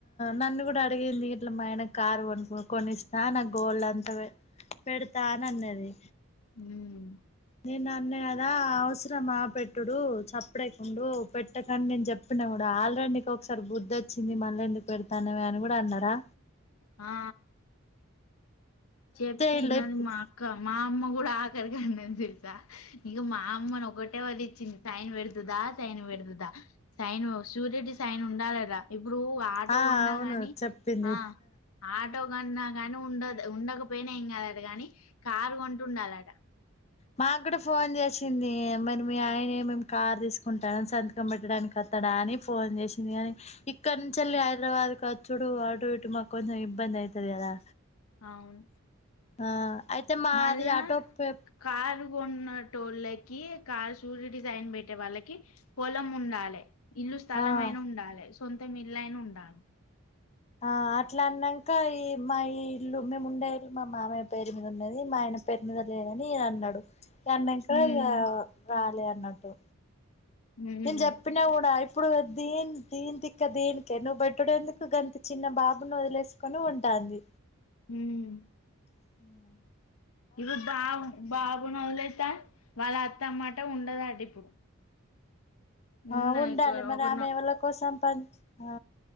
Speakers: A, on the left (about 30°); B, on the left (about 85°).
A: నన్ను కూడా అడిగింది ఇట్లా మా ఆయన కారు కొనుకు కొనిస్తా నా గోల్డ్ అంతా పెడతా అని అన్నది
B: మ్మ్
A: నేను అన్న కదా అవసరమా పెటి ఇడు చప్పుడే ఉండు పెట్టకని నేను చెప్పిన కూడా ఆ అ నీకు ఒకసారి బుద్ధి వచ్చింది మళ్ళీ ఎందుకు పెడతానవే అని కూడా అన్నారా
B: ఆ చెప్తే
A: ఇల్
B: ఈనదు
A: ఇప్పుడు
B: మా అక్క మా అమ్మ కూడా ఆకరికి అన్నది ఇగ ఇగ మా అమ్మనొకట్. వ్యవధిచ్చింది టైన్ పెడుతుదా సైన్ పెడుతుదా సైను సూరెడ్డి సైన్ ఉండాలరా. బురూ ఆటో
A: ఆ
B: కొన్నా
A: అవును
B: గానీ
A: చెప్పింది
B: ఆ ఆటో. నువ్ అన్నాగానీ ఉండద్ ఉండ. నువ్వు పోయినా ఎంకాదు గానీ కారు కొంటుండాలట.
A: మాగుడ ఫోన్ చేసింది. మరి మీ ఆయనేమేం కార్ తీసుకుంటాడ సంతకం పెట్టడానికి కత్తాడా అని. ఫోన్ చేసింది గానీ ఇక్. ఇక్కనుంచెల్లి హైదరాబాద్ కోచ్చుడూ ఆటు ఇటు మాక్ కొంచం ఇబ్బంది ఐతది గదా.
B: అవును.
A: ఆ అయితే మాది
B: మళ్ళా
A: ఆటో పే
B: కారు కొన్నట్. టోళ్ళకి కార్ స్యూరిటీ సైన్ పెట్టే వాళ్ళకి పొలం ఉండాలె. ఇల్లు స్థలమైనుండాలె
A: ఆ
B: స్. సొంతం ఇల్లైనా ఉండాలే.
A: ఆ అట్. ట్లాన్నాక ఈ మయి. ఇల్లు మేము ఉండే ఇల్లు మా మావయ్య పేరు మీద ఉన్నది. మా ఆయన పేరు మీద లేదని అన్నడు. అన్నంక
B: ఉమ్
A: ఇగ రాలే. న్నట్టు.
B: ఉమ్
A: నేన్ చెప్పినా గూడ ఇప్. ఇప్పుడు దీన్ దీన్ తిక్క దినికే నువ్వు పేట్టుడేందుకు గంత చిన్న బాబుని వదిలేసుకొనుంటాంది.
B: హ్మ్.
A: ఆ
B: ఇ బాబు బాబునోదిలేస్. ఫ్యాన్ వాళ్ళ అత్తమ్మాట ఉండదట ఇప్పుడు. ఉన్నాయి
A: ఆ ఉండాలె మరి
B: ఒక
A: ఆమె ఎవళ్ళ కోసం పన్. ఆ